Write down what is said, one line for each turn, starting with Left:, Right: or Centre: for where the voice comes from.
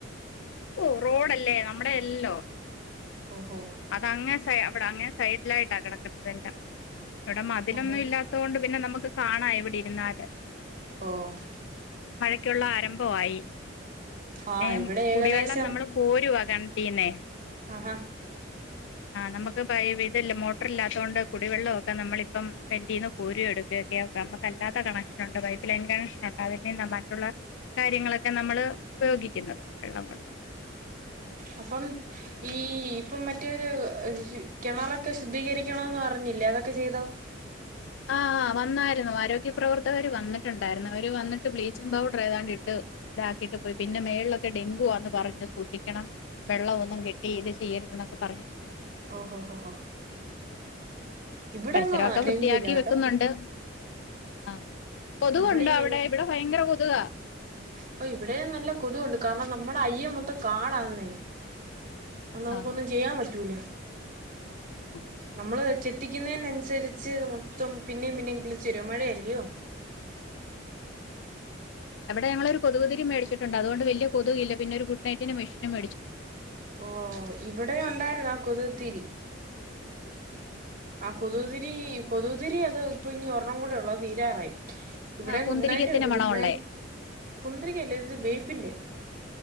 Left: ഓ റോഡല്ലേ നമ്മുടെ അല്ലല്ലോ
Right: ഓഹോ
Left: അതങ്ങെ സ അവിടെ അങ്ങെ സൈഡിലായിട്ടാ കിടക്കുന്നതെല്ലാം ഇവിടെ മതിലൊന്നും
Right: ആഹാ
Left: ഇല്ലാത്തൊണ്ട് പിന്നെ നമുക്ക് കാണാം ഇവിടെ ഇരുന്നാല്
Right: ഓഹ്
Left: ക്കുള്ള ആരംഭമായി
Right: ആ
Left: ഏ
Right: ഇവിടെ ഏകദേശം
Left: കുടിവെള്ളം നമ്മള് കോരുവാ കിണറ്റിന്നെ
Right: ആഹാ
Left: ആ നമ്മക്ക് പ ഇതില്ല മോട്ടർ ഇല്ലാത്തോണ്ട് കുടിവെള്ളക്കെ നമ്മള് ഇപ്പം കിണറ്റിന്ന് കോരു എടുക്കയൊക്കെ നമുക്കല്ലാത്ത കണക്ഷൻ ഉണ്ട് പൈപ്പ് ലൈൻ കണക്ഷൻ ഉണ്ട് അതിൽ നിന്നാ മറ്റുള്ള കാര്യങ്ങളൊക്കെ നമ്മള് ഉപയോഗിക്കുന്നു വെള്ളം കൊണ്ട്
Right: അപ്പം ഈ ഇപ്പം മറ്റൊരു കിണറൊക്കെ ശുദ്ധീകരിക്കണംന്ന് പറഞ്ഞില്ലേ അതൊക്കെ ചെയ്തോ
Left: ആഹ് ആ വന്നായിരുന്നു ആരോഗ്യപ്രവർത്തകര് വന്നിട്ടുണ്ടായിരുന്നു അവര് വന്നിട്ട് ബ്ലീച്ചിങ്ങ് പൗഡർ ഏതാണ്ട് ഇട്ട് ഇതാക്കിയിട്ട് പോയി പിന്നെ മേളിലൊക്കെ ഡെങ്കുവാന്ന് പറഞ്ഞു സൂക്ഷി ണം വെള്ളം ഒന്നും കെട്ടി ഇത് ചെയ്യരുത് ന്നൊക്കെ പറഞ്ഞു
Right: ഓ ഹോ ഹോ ഇവിടെങ്ങ്
Left: പരിസരമൊക്കെ വൃത്തിയാക്കി
Right: ഡെങ്കു ഇല്ല കേട്ടോ
Left: വെക്കുന്നുണ്ട് ആഹ് കൊതുക്
Right: നമ്മുടെ
Left: ഉണ്ടോ
Right: ഈ
Left: അവിടെ
Right: ഏരിയ
Left: ഇവിടെ ഭയങ്കര കൊ <unintelligible>
Right: ഓ ഇവിടെ നല്ല കൊതുണ്ട് കാരണം നമ്മുടെ അയ്യ മൊത്തം കാടാന്നേ അ
Left: ആ
Right: നമുക്ക് ഒന്നും ചെയ്യാൻ പറ്റൂല
Left: ആ
Right: നമ്മള് ചെത്തിക്കുന്നതിനനുസരിച്ച് മൊത്തം പിന്നെയും പിന്നെയും കിളിച്ചു വരും മഴയല്ലിയോ
Left: അവിടെ ഞങ്ങള് ഒരു കൊതുക് തിരി മേടിച്ചു ണ്ട് അത്കൊണ്ട് വല്ല്യാ കൊതുകില്ലാ പിന്നെ ഒരു ഗുഡ്‌നൈറ്റിന് മെഷിനും മെടിച്ചു
Right: ഓ ഇവടെ ഒണ്ടായിരുന്ന് ആ കൊത് തിരി ആ കൊതക് തിരി കൊതക് തിരി അത് ഇപ്പം ഇനി ഒരെണം കൂടിയെള്ളു അത് തീരാറായി ഇവിടെ
Left: ആ കുന്തിരിക്കത്തിന്റെ
Right: ഗുഡ് നൈറ്റ് വെച്ച്
Left: മണമുള്ളേ
Right: ഗുഡ് നൈറ്റ് കുന്തിരിക്കല്ലാ ഇത് വേപ്പിന്റെയാ